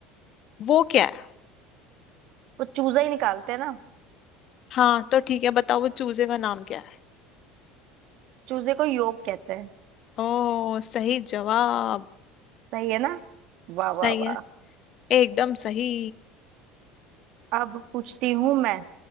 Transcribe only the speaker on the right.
वो चूजा ही निकालते हैं ना
चूजे को योग कहते हैं
सही है ना वाह
वाह वाह
अब पूछती हूँ मैं